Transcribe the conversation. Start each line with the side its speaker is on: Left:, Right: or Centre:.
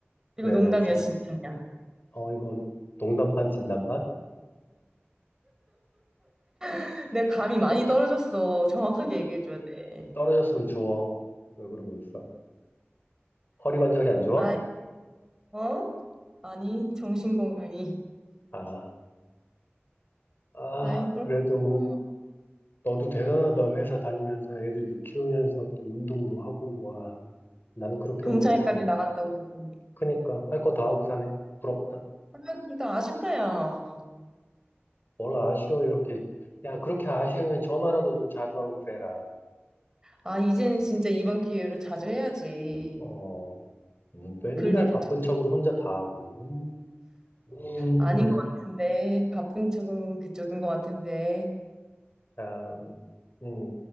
Left: 그래야
Right: 이거 농담이야,
Left: 내가 준비,
Right: 진담이야.
Left: 어, 이건 농담 반, 진담 반?
Right: <laughs> 내 감이 많이 떨어졌어. 정확하게 얘기해줘야 돼.
Left: 떨어졌으면 주워. 왜 그러고 있어? 허리 관절이 안 좋아?
Right: 아이, 어? 아니, 정신건강이.
Left: 아, 아,
Right: 아이, 그렇구나.
Left: 그래도 너도 대단하다. 회사 다니면서 애들도 키우면서 또 운동도 하고, 와. 난 그렇게는
Right: 동창회까지
Left: 못 할 것
Right: 나간다
Left: 같아.
Right: 그러고.
Left: 그니까, 할 거 다 하고 사네. 부럽다.
Right: 아, 근데 아쉽다, 야.
Left: 뭘 아쉬워, 이렇게. 야, 그렇게 아쉬우면 전화라도 좀 자주 하고 그래라.
Right: 아, 이제는 진짜 이번 기회로 자주 해야지.
Left: 어, 뭐 맨날
Right: 글도 좀
Left: 바쁜
Right: 잘-
Left: 척은 혼자 다 하고. 음.
Right: 아닌 것 같은데 바쁜 쪽은 그쪽인 것 같은데
Left: 아, 음,